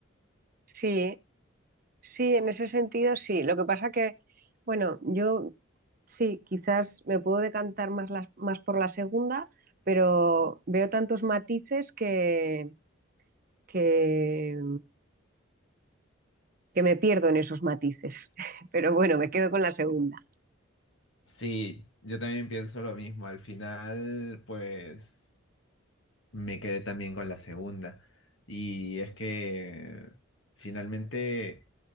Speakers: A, on the right; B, on the left.
A: Sí, sí, en ese sentido sí. Lo que pasa que, bueno, yo sí, quizás me puedo decantar más, la- más por la segunda, pero veo tantos matices que, que, que me pierdo en esos matices. <laughs> Pero bueno, me quedo con la segunda.
B: Sí, yo también pienso lo mismo. Al final, pues, me quedé también con la segunda. Y es que finalmente,